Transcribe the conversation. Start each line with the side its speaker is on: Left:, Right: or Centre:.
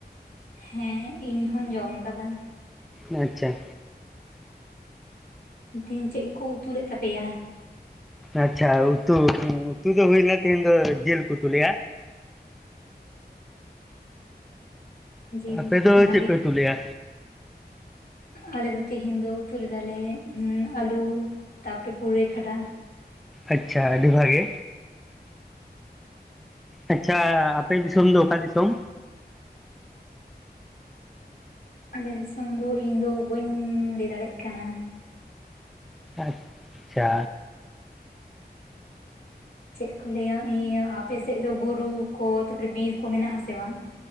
Left: ᱦᱮᱸ ᱤᱧ ᱦᱚᱧ ᱡᱚᱢ ᱟᱠᱟᱫᱟ᱾
Centre: ᱟᱪᱪᱷᱟ ᱾
Left: ᱛᱮᱦᱮᱧ ᱪᱮᱫ ᱠᱚ ᱩᱛᱩ ᱞᱮᱫ ᱛᱟᱯᱮᱭᱟ?
Centre: ᱟᱪᱪᱷᱟ ᱩᱛᱩ ᱩᱛᱩ ᱫᱚ ᱦᱩᱭᱱᱟ ᱛᱮᱦᱮᱧ ᱫᱚ ᱡᱤᱞ ᱠᱚ ᱩᱛᱩ ᱞᱮᱜᱼᱟ᱾
Left: ᱡᱤᱞ
Centre: ᱟᱯᱮ ᱫᱚ
Left: ᱵᱷᱟᱜᱤ
Centre: ᱪᱮᱫ ᱯᱮ ᱩᱛᱩ ᱞᱮᱜᱼᱟ?
Left: ᱟᱞᱮ ᱫᱚ ᱛᱤᱦᱤᱧ ᱫᱚ ᱩᱛᱩ ᱞᱮᱫᱟᱞᱮ ᱟᱞᱩ ᱛᱟᱯᱚᱨᱮ ᱯᱩᱨᱟᱹᱭ ᱠᱷᱟᱰᱟ
Centre: ᱟᱪᱪᱷᱟ ᱟᱹᱰᱤ ᱵᱷᱟᱜᱮ ᱟᱪᱪᱷᱟ ᱟᱯᱮ ᱫᱤᱥᱚᱢ ᱫᱚ ᱚᱠᱟ ᱫᱤᱥᱚᱢ
Left: ᱟᱞᱮ ᱫᱤᱥᱚᱢ ᱫᱚ ᱤᱧ ᱫᱚ ᱵᱟᱹᱧ ᱞᱟᱹᱭ ᱫᱟᱲᱮᱜ ᱠᱟᱱᱟ
Centre: ᱟᱪ-ᱪᱷᱟ
Left: ᱪᱮᱫ ᱠᱚ ᱞᱟᱹᱭᱟ ᱤᱭᱟᱹ ᱟᱯᱮ ᱥᱮᱫ ᱫᱚ ᱵᱩᱨᱩ ᱠᱚ ᱛᱟᱯᱚᱨᱮ ᱵᱤᱨ ᱠᱚ ᱢᱮᱱᱟᱜ ᱟᱥᱮ ᱵᱟᱝ